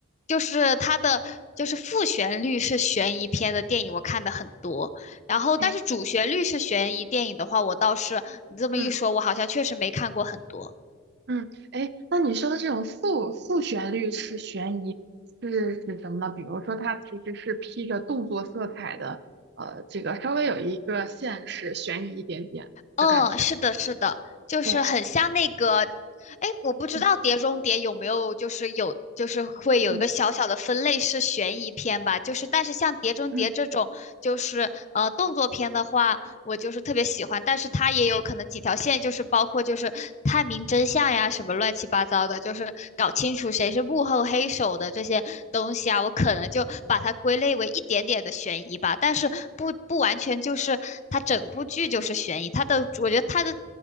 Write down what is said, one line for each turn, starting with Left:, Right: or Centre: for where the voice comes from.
Left: 就是它的就是副旋律是悬疑片的电影，我看的很多。然后，
Right: 哎，
Left: 但是主旋律是悬疑电影的话，我倒是你这么一说，
Right: 嗯。
Left: 我好像确实没看过很多。
Right: 嗯，哎，那你说的这种复复旋律式悬疑是指什么呢？比如说，它其实是披着动作色彩的，呃，这个稍微有一个现实悬疑一点点的感觉。
Left: 嗯，是的，是的，就是很像那个，
Right: 哦，
Left: 哎，我不知道《碟中谍》有没有就是有就是会有一个小小的分类是悬疑片吧，
Right: 嗯嗯
Left: 就是但是像《碟中谍》这种就是呃动作片的话。
Right: 嗯。
Left: 我就是特别喜欢，但是它也有可能几条线，就是包括就是探明真相呀，什么乱七八糟的，就是搞清楚谁是幕后黑手的这些东西啊，我可能就把它归类为一点点的悬疑吧，但是不不完全就是它整部剧就是悬疑，它的我觉得它的